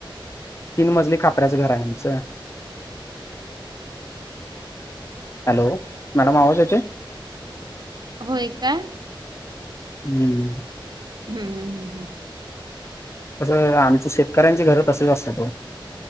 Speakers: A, on the left; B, on the right.
A: तीन मजली खापऱ्याच घर आहे आमचं. हॅलो. मॅडम आवाज येतोय?
B: होय का?
A: हम्म.
B: हम्म हम्म हम्म हम्म.
A: तसं आमचं शेतकऱ्यांची घर तसंच असत्यात ओ.